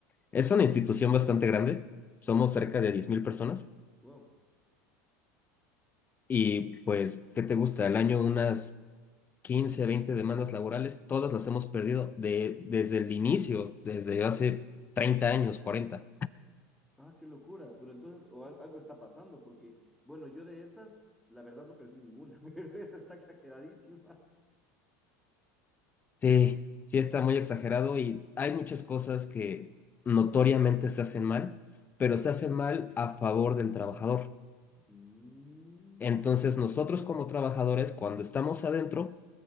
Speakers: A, on the left (about 20°); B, in the centre.
A: Es una institución bastante grande, somos
B: Bien.
A: cerca de 10.000 personas
B: Wow.
A: y pues, ¿qué te gusta? Al año unas 15, 20 demandas laborales, todas las hemos perdido de, desde el inicio, desde hace 30 años, cuarenta
B: Ah, qué locura. Pero entonces, o al- algo está pasando, porque, bueno, yo de esas, la verdad no perdí ninguna, <laughs> pero esa está exageradísima.
A: Sí, sí está muy exagerado y hay muchas cosas que notoriamente se hacen mal, pero se hacen mal a favor del trabajador.
B: Mm.
A: Entonces, nosotros como trabajadores, cuando estamos adentro,